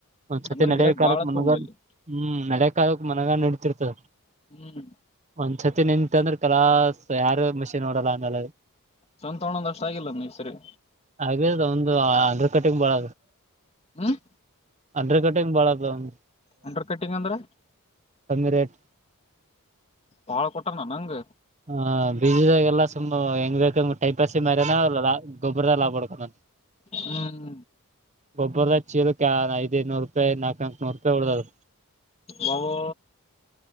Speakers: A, on the right; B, on the left.
A: ಒಂದ್ಸತಿ
B: ಅಂದ್ರ
A: ನಳ
B: ಗಿರಾಕ್
A: ಕಾಲಕ್ಕೆ
B: ಬಾಳ
A: ಮನಗ
B: ತೊಂಬಲ್ಲಿ
A: ಹ್ಮ್ ನಳೆ ಕ್ ಮನಗ ನಡತಿರ್ತದ
B: ಹ್ಮ್
A: ಒಂದ್ಸತಿ ನಿಂತ ಅಂದ್ರೆ ಕಲಾ ಯಾರು ಮಷಿನ್ ನೋಡಲ್ಲ ಅಂದ
B: ಸಂತಣೊಂದಷ್ಟ ಆಗಿಲ್ಲ ನೀ ಸರಿ
A: ಹಾಗದು ಒಂದು ಅಂಡ್ರ ಕಟಿಂಗ್ ಬಾಳ
B: ಹ್ಮ್
A: ಅಂಡ್ರ ಕಟಿಂಗ್ ಬಾಳ ಅದವಂದು
B: ಅಂಡರ್ ಕಟ್ಟಿಂಗ್ ಅಂದ್ರೆ
A: ಸಂಗ ರೇಟ್
B: ಬಾಳ ಕೊಟ್ಟಾನ ನಂಗ
A: ಹ ಬೀಜದ ಎಲ್ಲಾ ತುಂಬಾ ಹೆಂಗ್ ಬೇಕಂಗ್ ಟೈಪಾಸಿ ಮಾರನಾ ಗೊಬ್ರ ಲಾಭಾಡ್ಕೋ
B: ಹ್ಮ್
A: ಗೊಬ್ಬರದಾಗ ಚೀಲಕ್ಕೆ ಐ ನೂರು ರೂಪಾಯಿ ನಾಲ್ಕೂ ನೂರು ರೂಪಾಯಿ ಉಳ್ದದದು
B: ಬಾಬೋ